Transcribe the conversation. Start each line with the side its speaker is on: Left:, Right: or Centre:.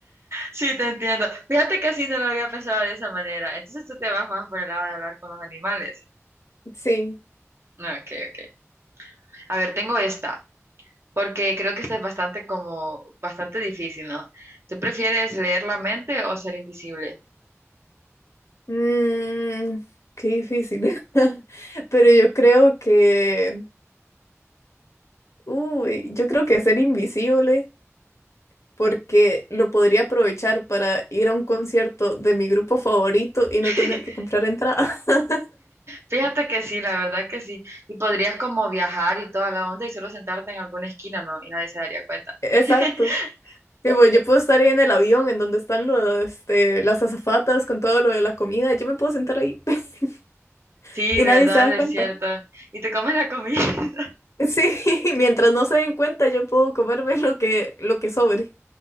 Right: Sí, te entiendo. Fíjate que así no lo había pensado de esa manera. Entonces tú te vas más por el lado de hablar con los animales.
Left: Sí.
Right: Ah, Ok, ok. A ver, tengo esta, porque creo que esta es bastante como, bastante difícil, ¿no? ¿Tú prefieres leer la mente o ser invisible?
Left: Mm, qué difícil. <laughs> Pero yo creo que, uy, yo creo que ser invisible. porque lo podría aprovechar para ir a un concierto de mi grupo favorito y no
Right: <laughs>
Left: tener que comprar entrada. <laughs>
Right: Fíjate que sí, la verdad que sí. Y podrías como viajar y toda la onda y solo sentarte en alguna esquina, ¿no? Y nadie se daría cuenta.
Left: Exacto.
Right: <laughs>
Left: Tipo, yo puedo estar ahí en el avión en donde están los, este, las azafatas con todo lo de la comida. Yo me puedo sentar ahí <laughs>
Right: Sí,
Left: y
Right: verdad,
Left: nadie se da
Right: es
Left: cuenta.
Right: cierto. Y te comes la comida. <laughs>
Left: Sí, <laughs> mientras no se den cuenta, yo puedo comerme lo que, lo que sobre.